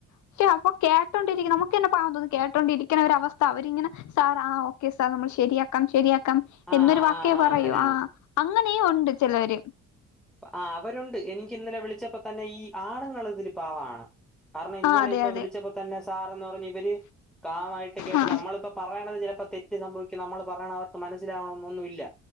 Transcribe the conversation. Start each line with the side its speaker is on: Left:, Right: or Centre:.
Left: പക്ഷെ അപ്പൊ കേട്ടോണ്ടിരിക്കും നമ്മക്ക് നമ്മക്ക് തന്നെ പാവം തോന്നും കേട്ടോണ്ടിരിക്കുന്ന അവസ്ഥ അവരിങ്ങനെ സാർ ആ ഓക്കെ സാർ നമ്മൾ ശരിയാക്കാം ശരിയാക്കാം
Centre: ആ ആ
Left: എന്നൊരു
Centre: ആ
Left: വാക്കേ പറയൂ
Centre: അങ്ങനെ
Left: ആ അങ്ങനെയും ഉണ്ട് ചിലോര്
Centre: ആ അവരുണ്ട് എനിക്ക് ഇന്നലെ വിളിച്ചപ്പോ തന്നെ ഈ ആണുങ്ങൾ ഇതില് പാവാണ് കാരണം ഇന്നലെ
Left: ആ അതെ
Centre: ഇപ്പൊ
Left: അതെ
Centre: വിളിച്ചപ്പോ തന്നെ സാർന്ന് പറഞ്ഞ് ഇവര് കാമായിട്ട് കേട്ട്
Left: ആ
Centre: നമ്മളിപ്പ പറയണത് അപ്പ തെറ്റ് സംഭവ നമ്മൾ പറയണ അവർക്ക് മനസിലാവണംന്നൊന്നുല്ല